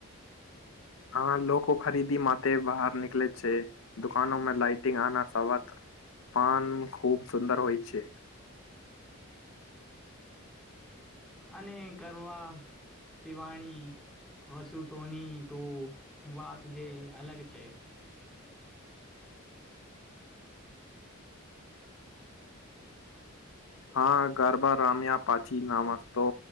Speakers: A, on the left (about 65°); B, in the centre.
A: હા. લોકો ખરીદી માટે બહાર નિકલેે છે, દુકાનો મે લાઇટિંગ આના સવાત પન ખૂબ સુંદર હોય છે.
B: અને કરવા પીવાણી વસુતોની તું વાત જે અલગ છે.
A: હા. ગરબા રામ્યા પાછી નાસ્તો